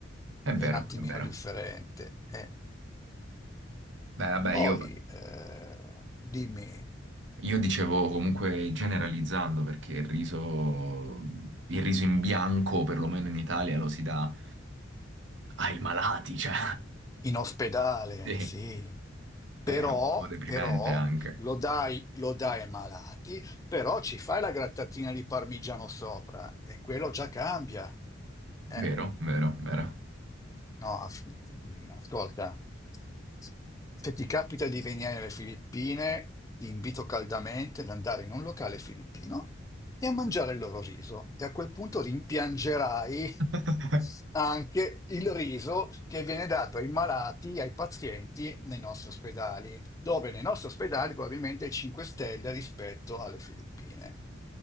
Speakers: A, on the right; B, on the left.
A: È
B: È
A: vero,
B: un attimino
A: è vero.
B: differente. eh.
A: Beh, vabbè,
B: Poi,
A: io,
B: eh, dimmi,
A: io dicevo comunque generalizzando perché il riso, il riso in bianco, perlomeno in Italia, lo si dà ai malati, cioè.
B: in ospedale,
A: <laughs> Sì.
B: sì, però,
A: È un po' deprimente
B: però
A: anche.
B: lo dai, lo dai ai malati, però ci fai la grattatina di parmigiano sopra e quello già cambia. eh.
A: Vero, vero, vero.
B: No, aff- mm, ascolta, se ti capita di venire alle Filippine, ti invito caldamente ad andare in un locale filippino e a mangiare il loro riso. E a quel punto rimpiangerai
A: <laughs>
B: anche il riso che viene dato ai malati, ai pazienti nei nostri ospedali, dove nei nostri ospedali probabilmente è 5 stelle rispetto alle Filippine.